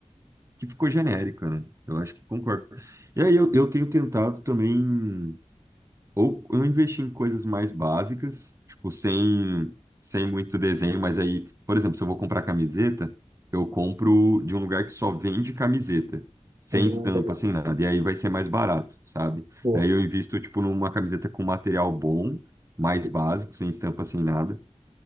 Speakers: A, on the right; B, on the right.
A: que ficou genérica, né? Eu acho que concordo. E aí eu, eu tenho tentado também. Ou eu investi em coisas mais básicas, tipo, sem, sem muito desenho, mas aí, por exemplo, se eu vou comprar camiseta, eu compro de um lugar que só vende camiseta, sem
B: Ah,
A: estampa,
B: legal.
A: sem nada, e aí vai ser mais barato, sabe?
B: Boa.
A: Daí eu invisto, tipo, numa camiseta com material bom, mais básico, sem estampa, sem nada.